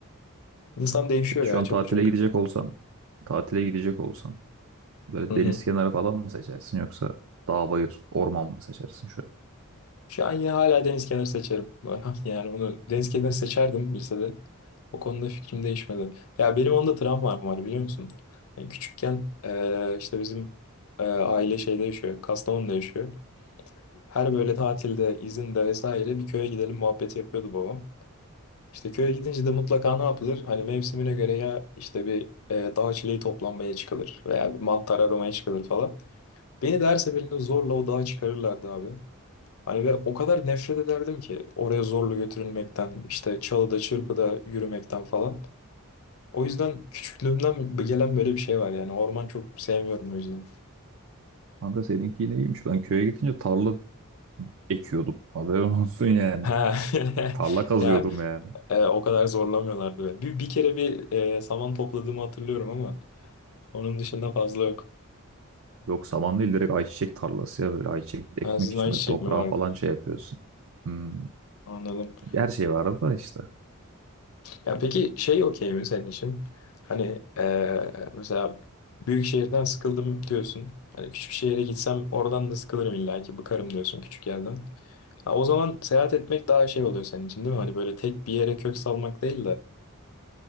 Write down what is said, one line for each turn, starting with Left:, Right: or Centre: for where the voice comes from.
Left: İnsan değişiyor
Right: Peki
Left: ya
Right: şu an
Left: çabucak.
Right: tatile gidecek olsan, tatile gidecek olsan böyle
Left: Hı
Right: deniz
Left: hı.
Right: kenarı falan mı seçersin yoksa dağ bayır orman mı seçersin şu an?
Left: Şu an yine hala deniz kenarı seçerim. <laughs> Yani onu deniz kenarı seçerdim lisede. O konuda fikrim değişmedi. Ya benim onda travmam var biliyor musun? Yani küçükken eee, işte bizim eee, aile şeyde yaşıyor. Kastamonu'da yaşıyor. Her böyle tatilde, izinde vesaire bir köye gidelim muhabbeti yapıyordu babam. İşte köye gidince de mutlaka ne yapılır? Hani mevsimine göre ya işte bir eee dağ çileği toplanmaya çıkılır veya bir mantar aramaya çıkılır falan. Beni de her seferinde zorla o dağa çıkarırlardı abi. Hani ve o kadar nefret ederdim ki oraya zorla götürülmekten, işte çalıda çırpıda yürümekten falan. O yüzden küçüklüğümden gelen böyle bir şey var yani. Orman çok sevmiyorum o yüzden.
Right: Kanka seninki yine iyiymiş. Ben köye gidince tarla ekiyordum. Haberin <laughs> olsun yani.
Left: Ha. <laughs>
Right: Tarla kazıyordum
Left: Ya
Right: yani.
Left: e, o kadar zorlamıyorlardı beni. Bir, bir kere bir e, saman topladığımı hatırlıyorum ama onun dışında fazla yok.
Right: Yok saman değil direkt ayçiçek tarlası ya böyle ayçiçek ekmek
Left: Ha, sizin
Right: için
Left: ayçiçek
Right: böyle toprağa
Left: mi vardı?
Right: falan şey yapıyorsun. Hmm.
Left: Anladım.
Right: Her şey var da işte.
Left: Ya peki şey okey mi senin için? Hani eee, mesela büyük şehirden sıkıldım diyorsun. Hani küçük şehire gitsem oradan da sıkılırım illa ki bıkarım diyorsun küçük yerden. Ha, o zaman seyahat etmek daha şey oluyor senin için değil mi? Hani böyle tek bir yere kök salmak değil de